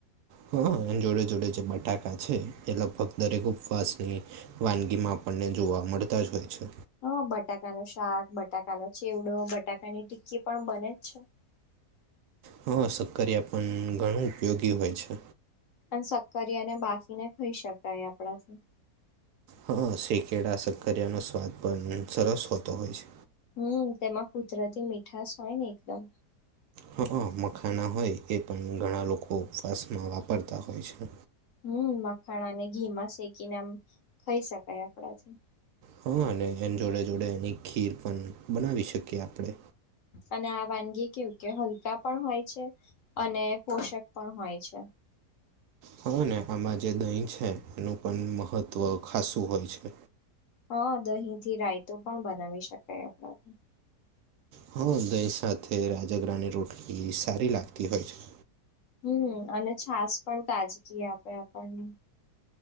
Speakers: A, on the right; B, on the left.
A: હ હ એ જોડે જોડે જે બટાકા છે એ લગભગ દરેક ઉપવાસની વાનગી માં આપણને જોવા મળતા જ હોય છે.
B: હ બટાકા નું શાક, બટાકાનો ચીવડો, બટાકાની ટિક્કી પણ બને જ છે.
A: હા શક્કરિયા પણ ઘણું ઉપયોગી હોય છે.
B: અન સક્કરીયા અને બાફીને ખાઈ શકાય આપડા થી.
A: હા શેકેળા શક્કરિયાનો સ્વાદ પણમી સરસ હોતો હોય છે.
B: હમ્મ તેમાં કુદરતી મીઠાશ હોય ને એકદમ.
A: હ હ મખાના હોય એ પણ ઘણા લોકો ઉપવાસમાં વાપરતા હોય છે.
B: હમ્મ મખાણાને ઘીમાં શેકીને આમ ખાઈ શકાય આપણાથી.
A: હા અને એની જોડે જોડે એની ખીર પણ બનાવી શકીએ આપડે.
B: અને આ વાનગી કેવું કે હલકા પણ હોય છે. અને પોષક પણ હોય છે.
A: હાને આમાં જે દહીં છે, એનું પણ મહત્ત્વ ખાસું હોય છે.
B: હા દહીંથી રાયતો પણ બનાવી શકાય આપડા થી.
A: હા દહીં સાથે રાજગરાની રોટલી સારી લાગતી હોય છે.
B: હમ્મ અને છાસ પણ તાજગી આપે આપણને.